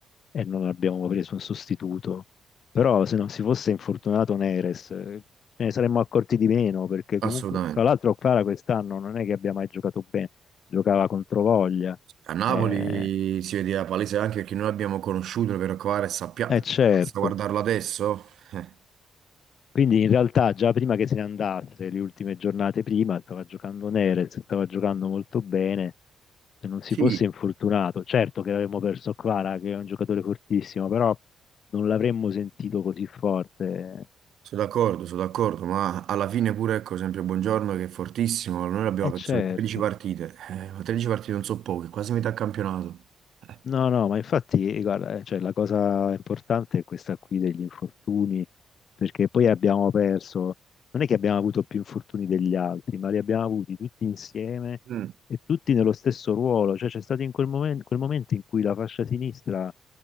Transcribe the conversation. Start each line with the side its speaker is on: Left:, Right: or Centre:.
Left: e non abbiamo preso un sostituto, però se non si fosse infortunato Neres eh, ce ne saremmo accorti di meno, perché
Right: assolutamente.
Left: comunque, tra l'altro Quara quest'anno non è che abbia mai giocato bene, giocava contro voglia,
Right: A Napoli
Left: eh,
Right: si vedeva palese anche perché noi l'abbiamo conosciuto per Kvara e sappiamo,
Left: eh, certo,
Right: basta guardarlo adesso. Eh,
Left: Quindi in realtà già prima che se ne andasse, le ultime giornate prima, stava giocando Neres, stava giocando molto bene, se non si
Right: Sì,
Left: fosse infortunato. Certo che avremmo perso Kvara, che è un giocatore fortissimo, però non l'avremmo sentito così forte.
Right: sono d'accordo, sono d'accordo, ma alla fine pure, ecco, sempre Buongiorno che è fortissimo, noi l'abbiamo
Left: E
Right: perso
Left: certo.
Right: per 13 partite, eh, ma 13 partite non so poche, quasi metà campionato. Eh.
Left: No, no, ma infatti, eh, guarda, eh, cioè, la cosa importante è questa qui degli infortuni, perché poi abbiamo perso, non è che abbiamo avuto più infortuni degli altri, ma li abbiamo avuti tutti insieme
Right: Mm.
Left: e tutti nello stesso ruolo, cioè c'è stato in quel momen- quel momento in cui la fascia sinistra